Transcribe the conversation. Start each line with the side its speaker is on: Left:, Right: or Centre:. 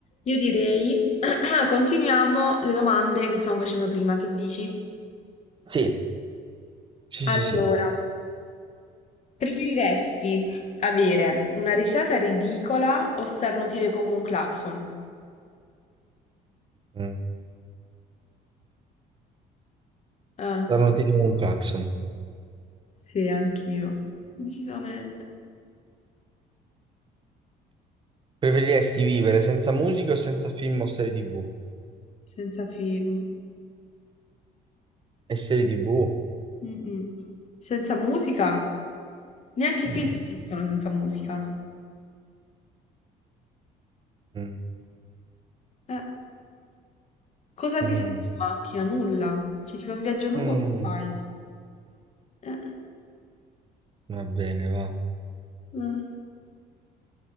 Left: Io direi, <clears throat> continuiamo le domande che stavamo facendo prima, che dici?
Right: Sì, sì, sì,
Left: Allora,
Right: sì.
Left: preferiresti avere una risata ridicola o starnutire come un clacson?
Right: Mm.
Left: Ah,
Right: Stanno tipo un clacson.
Left: sì, anch'io. Decisamente.
Right: Preferiresti vivere senza musica o senza film o serie TV?
Left: Senza film.
Right: E serie TV?
Left: Mm-mm. Senza musica? Neanche
Right: Mm,
Left: i film esistono senza musica.
Right: mm,
Left: Eh, cosa
Right: mm,
Left: ti senti in macchina? Nulla. Cioè, ti fai un viaggio lungo,
Right: mm.
Left: che fai? Eh,
Right: Va bene, va.
Left: eh.